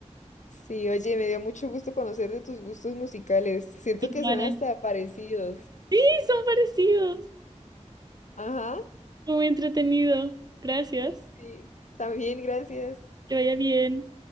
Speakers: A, on the left; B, on the right.
A: Sí, oye, me dio mucho gusto conocer de tus gustos musicales. Siento
B: Igual
A: que son hasta parecidos.
B: Sí, son parecidos.
A: Ajá,
B: Muy entretenido. Gracias.
A: sí, también gracias.
B: Que vaya bien.